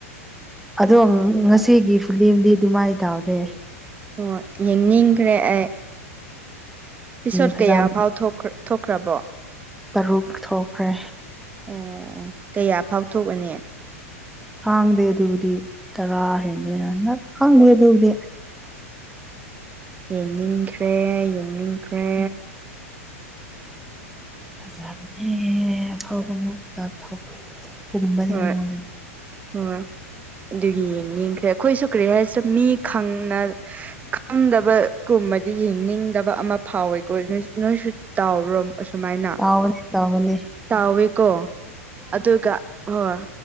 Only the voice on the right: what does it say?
ꯍꯣꯏ ꯌꯦꯡꯅꯤꯡꯈ꯭ꯔꯦ ꯑꯩ ꯄꯤꯁꯣꯠ
ꯀꯌꯥꯐꯥꯎ ꯊꯣꯛꯈ ꯊꯣꯛꯈ꯭ꯔꯕꯣ
ꯑꯣ ꯀꯌꯥ ꯐꯥꯎ ꯊꯣꯛꯑꯅꯤ
ꯌꯦꯡꯅꯤꯡꯈ꯭ꯔꯦ ꯌꯦꯡꯅꯤꯡꯈ꯭ꯔꯦ
ꯍꯣꯏ
ꯍꯣꯏ ꯑꯗꯨꯒꯤ ꯌꯦꯡꯅꯤꯡꯈ꯭ꯔꯦ ꯑꯩꯈꯣꯏꯁꯨ ꯀꯔꯤ ꯍꯥꯏꯁꯤꯔ ꯃꯤ ꯈꯪꯅ ꯈꯪꯗꯕꯒꯨꯝꯕꯗꯤ ꯌꯦꯡꯅꯤꯡꯗꯕ ꯑꯃ ꯐꯥꯎꯋꯦꯀꯣ ꯅꯣꯏꯁꯨ ꯇꯥꯎꯕ꯭ꯔꯣ ꯑꯁꯨꯃꯥꯏꯅ
ꯇꯥꯎꯋꯦꯀꯣ ꯑꯗꯨꯒ ꯍꯣꯏ